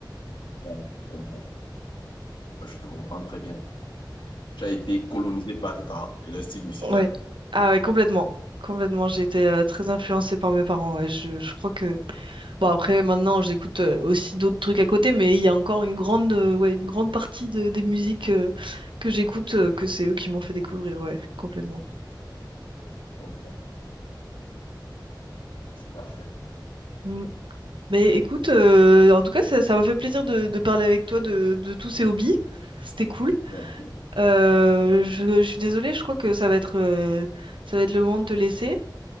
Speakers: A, on the left; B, on the right.
A: Ouais, je comprends. Ouais, Je te comprends très bien. Tu as été colonisé par tes parents et leur style musical.
B: Ouais. Ah ouais, complètement. Complètement, j'ai été euh, très influencée par mes parents. Ouais, je, je crois que Bon après maintenant j'écoute euh, aussi d'autres trucs à côté mais il y a encore une grande euh, ouais, une grande partie de- des musiques euh, que j'écoute euh, que c'est eux qui m'ont fait découvrir ouais complètement.
A: Je comprends. Ah, C'est parfait.
B: Mm. Mais écoute euh, en tout cas ça ça m'a fait plaisir de, de parler avec toi de, de tous ces hobbies. C'était cool.
A: Bon.
B: Euh, je, je suis désolée, je crois que ça va être euh, ça va être le moment de te laisser